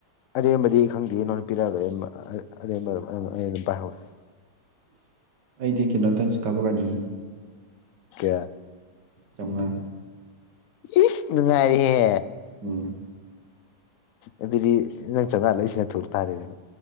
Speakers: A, on the left (about 65°); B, on the right (about 85°).
A: ꯑꯗꯦꯝꯕꯗꯤ ꯑꯩ ꯈꯪꯗꯦ ꯅꯣꯟꯗ ꯄꯤꯔꯛꯑꯔꯣꯏ ꯑꯦꯝꯕ ꯑꯗꯨꯝ ꯑꯩ ꯑꯗꯨꯝ ꯄꯥꯏꯍꯧꯔ
B: ꯑꯩꯗꯤ ꯀꯣꯝꯇꯪ ꯀꯥꯞꯄ ꯀꯅꯤ
A: ꯀꯌꯥ
B: ꯆꯣꯡꯉꯥ
A: ꯏ ꯅꯨꯡꯉꯥꯏꯔꯤꯍꯦ
B: ꯎꯝ
A: ꯑꯗꯨꯗꯤ ꯅꯪ ꯆꯕ ꯑꯂ ꯏꯁꯤꯡꯅ ꯊ ꯎꯔ ꯇꯥꯔꯦ ꯑꯗꯨꯅ